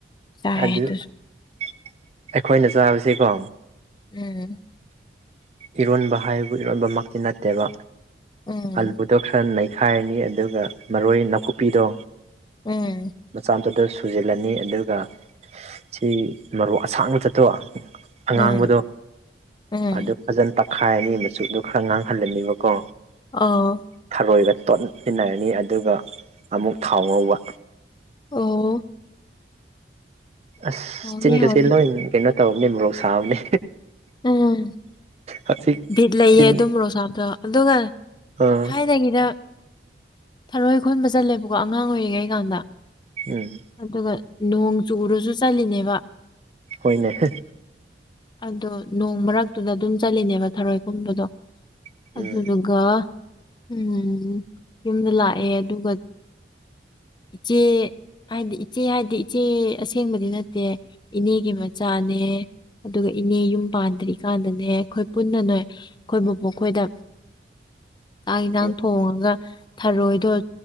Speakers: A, on the left; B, on the right.
A: ꯆꯥꯏ
B: ꯍꯗꯨ
A: ꯑꯗꯨꯁꯨ
B: ꯑꯩꯈꯣꯏꯅ ꯆꯥꯕꯁꯦꯀꯣ
A: ꯎꯝ
B: ꯏꯔꯣꯟꯕ ꯍꯥꯏꯕꯨ ꯏꯔꯣꯟꯕꯃꯛꯇꯤ ꯅꯠꯇꯦꯕ
A: ꯎꯝ
B: ꯑꯂꯨꯗꯣ ꯈꯔ ꯅꯩꯈꯥꯏꯔꯅꯤ ꯑꯗꯨꯒ ꯃꯔꯣꯏ ꯅꯥꯀꯨꯞꯄꯤꯗꯣ
A: ꯎꯝ
B: ꯃꯆꯥꯗꯨꯗꯁꯨ <inaudible> ꯁꯨꯖꯤꯜꯂꯅꯤ ꯑꯗꯨꯒ ꯁꯤ ꯃꯔꯨ ꯑꯁꯥꯡꯕ ꯆꯠꯇꯣꯕ ꯑꯉꯥꯡꯕꯗꯣ
A: ꯎꯝ ꯎꯝ
B: ꯑꯗꯨ ꯐꯖꯅ ꯇꯛꯈꯥꯏꯔꯅꯤ ꯃꯆꯨꯗꯣ ꯈꯔ ꯉꯥꯡꯍꯜꯂꯅꯤꯕꯀꯣ
A: ꯑꯥꯎ
B: ꯊꯔꯣꯏꯒ ꯇꯣꯠꯃꯤꯟꯅꯔꯅꯤ ꯑꯗꯨꯒ ꯑꯃꯨꯛ ꯊꯥꯎ ꯉꯧꯕ
A: ꯑꯣ
B: ꯑꯁ
A: ꯍꯥꯎꯅꯤ
B: ꯆꯤꯟꯒꯁꯦ
A: ꯍꯥꯎꯅꯤ
B: ꯂꯣꯏ ꯀꯩꯅꯣ ꯇꯧꯕꯅꯦ ꯃꯣꯔꯣꯛ ꯁꯥꯕꯅꯦ
A: ꯎꯝ
B: ꯍꯧꯖꯤꯛ
A: ꯕꯤꯠ ꯂꯩꯌꯦ
B: ꯆꯤꯟ
A: ꯑꯗꯨ ꯃꯣꯔꯣꯛꯁꯥꯕꯗꯣ ꯑꯗꯨꯒ
B: ꯑꯥ
A: ꯊꯥꯏꯅꯒꯤꯗ ꯊꯔꯣꯏ ꯈꯨꯟꯕ ꯆꯠꯂꯦꯕꯀꯣ ꯑꯉꯥꯡ ꯑꯣꯏꯔꯤꯉꯩ ꯀꯥꯟꯗ
B: ꯎꯝ
A: ꯑꯗꯨꯒ ꯅꯣꯡ ꯆꯨꯔꯁꯨ ꯆꯠꯂꯤꯅꯦꯕ
B: ꯍꯣꯏꯅꯦ ꯍꯦ
A: ꯑꯗꯣ ꯅꯣꯡ ꯃꯔꯛꯇꯨꯗ ꯑꯗꯨꯝ ꯆꯠꯂꯤꯅꯦꯕ ꯊꯔꯣꯢ ꯈꯨꯟꯕꯗꯣ
B: ꯎꯝ
A: ꯑꯗꯨꯗꯨꯒ ꯎꯝ ꯌꯨꯝꯗ ꯂꯥꯛꯑꯦ ꯑꯗꯨꯒ ꯢꯆꯦ ꯍꯥꯏꯗꯤ ꯏꯆꯦ ꯍꯥꯏꯗꯤ ꯏꯆꯦ ꯑꯁꯦꯡꯕꯗꯤ ꯅꯠꯇꯦ ꯏꯅꯦꯒꯤ ꯃꯆꯥꯅꯦ ꯑꯗꯨꯒ ꯏꯅꯦ ꯌꯨꯝ ꯄꯥꯟꯗ꯭ꯔꯤꯀꯥꯟꯗꯅꯦ ꯑꯩꯈꯣꯏ ꯄꯨꯟꯅ ꯅꯣꯏ ꯑꯩꯈꯣꯏ ꯕꯨꯕꯣꯛ ꯈꯣꯏꯗ ꯀꯥꯡ ꯏꯟꯁꯥꯡ
B: ꯎꯝ
A: ꯊꯣꯡꯉꯒ ꯊꯔꯣꯏꯗꯣ